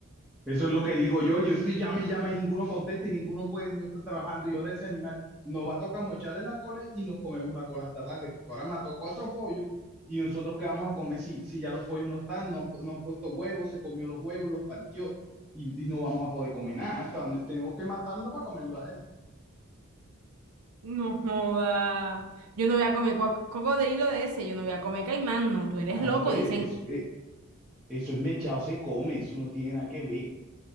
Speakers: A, in the centre; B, on the right (about 80°).
A: Eso es lo que digo yo. Yo estoy llame y llame y ninguno contesta y ninguno puede, no está trabajando. Y ahora ese animal nos va a tocar mocharle la cola y nos comemos la cola hasta tarde, porque ahora mató cuatro pollos y nosotros qué vamos a comer si, si ya los pollos no están, no, han no han puesto huevos, se comió los huevos, los partió y, y no vamos a poder comer nada. Entonces, tenemos que matarlo para comerlo a él.
B: No joda. Yo no voy a comer cua- cocodrilo de ese, yo no voy a comer caimán, no, tú eres
A: Ah,
B: loco,
A: hombre,
B: dicen.
A: es- eh, eso es mechado, se come, eso no tiene nada que ver.